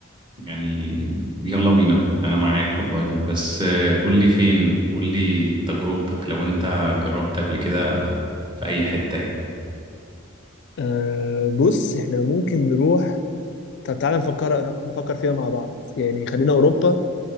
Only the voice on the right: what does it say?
يعني يلا بينا انا معاك والله بس آه، قول لي فين وقول لي تجربتك لو انت جربت قبل كده في اي حتة يعني